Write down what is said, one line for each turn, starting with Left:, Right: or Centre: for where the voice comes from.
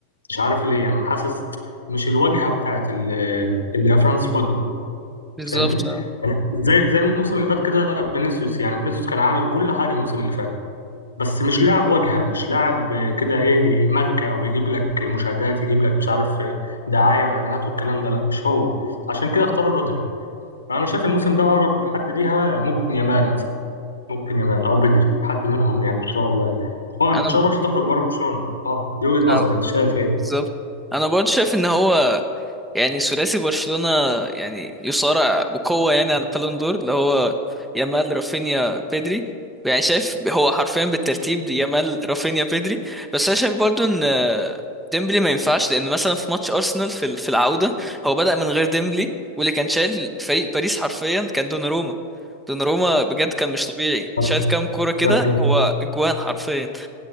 Left: مش عارف ليه يعني انا حاسس مش الواجهه بتاعت ال- اللي هي فرانس فوتبول
Centre: بالظبط
Left: فاهمني
Centre: اه.
Left: يعني زي زي الموسم اللي فات كده فينيسيوس يعني فينيسيوس كان عامل كل حاجه الموسم اللي فات بس مش لاعب واجهه مش لاعب كده ايه ماركه او يجيب لك مشاهدات يجيب لك مش عارف دعايه واعلانات والكلام ده لا مش هو عشان كده اختاروا رودري فانا شايف الموسم ده اقرب حد ليها ممكن يامال مثلا ممكن يامال او بدري حد منهم يعني ان شاء الله يعني هو ان
Centre: انا
Left: شاء الله مش هتخرج بره برشلونه اه دي وجهه
Centre: اه،
Left: نظري انت شايف ايه
Centre: بالظبط انا برضه شايف ان هو يعني ثلاثي برشلونة يعني يصارع بقوة يعني على البالون دور اللي هو يامال رافينيا بيدري يعني شايف هو حرفيا بالترتيب دي يامال رافينيا بيدري بس انا شايف برضو ان ديمبلي ما ينفعش لان مثلا في ماتش ارسنال في ال- في العودة هو بدأ من غير ديمبلي واللي كان شايل فريق باريس حرفيا كان دوناروما دوناروما بجد كان مش طبيعي
Left: حصل
Centre: شايل كام كورة كده
Left: لا بجد
Centre: هو اجوان حرفيا